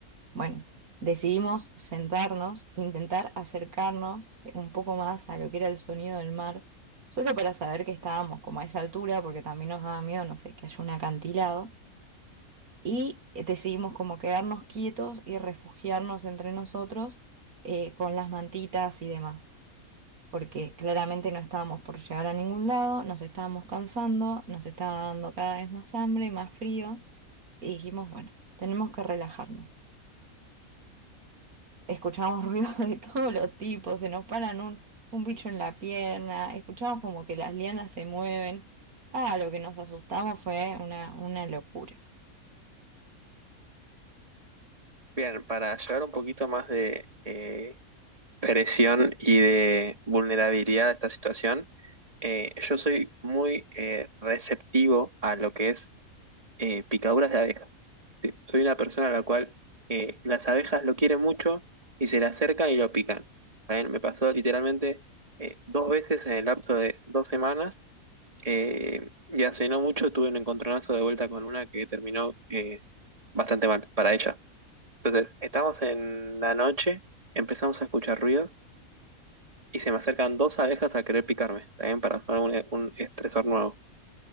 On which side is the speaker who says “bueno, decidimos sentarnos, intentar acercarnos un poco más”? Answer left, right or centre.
Right